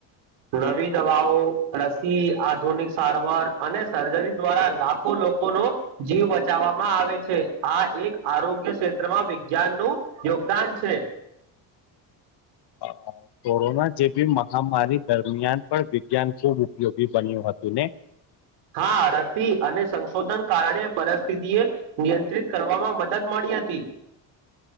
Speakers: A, on the right; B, on the left.
A: નવી દવાઓ રસી આધુનિક સારવાર અને સર્જરી દ્વારા લાખો લોકો નો જીવ બચાવવામાં આવે છે આ એક આરોગ્ય ક્ષેત્રમાં વિજ્ઞાન નું યોગદાન છે <inaudible>
B: અ કોરોના જેવી મહામારી દરમિયાન પણ વિજ્ઞાન ખુબ ઉપયોગી બન્યું હતું ને
A: હા રસી અને સંશોધન કારણે પરિસ્થિતિ એ નિયંત્રિત કરવામાં મદદ મળી હતી